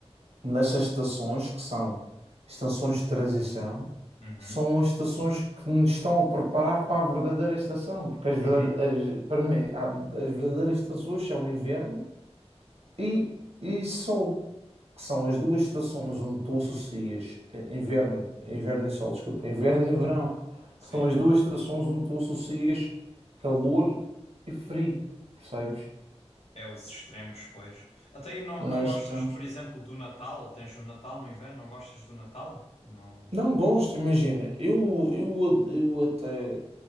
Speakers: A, on the right; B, on the left.
A: nessas estações, que são estações de transição,
B: Uhum.
A: são as estações que nos estão a preparar para a verdadeira estação, porque as
B: <laughs>
A: verdade- as- para mim, há- as verdadeiras estações são inverno e, e sol, que são as duas estações onde tu associas eh, inverno, inverno e sol, desculpa, inverno e verão,
B: Uhum. Sim.
A: que são as duas estações onde tu associas calor e frio, percebes?
B: É os extremos, pois. Até aí não,
A: Nós
B: não gostas,
A: estamos.
B: por exemplo, do Natal? Tens o Natal no inverno? Não gostas do Natal? Não.
A: Não gosto, imagina. Eu, eu, eu até.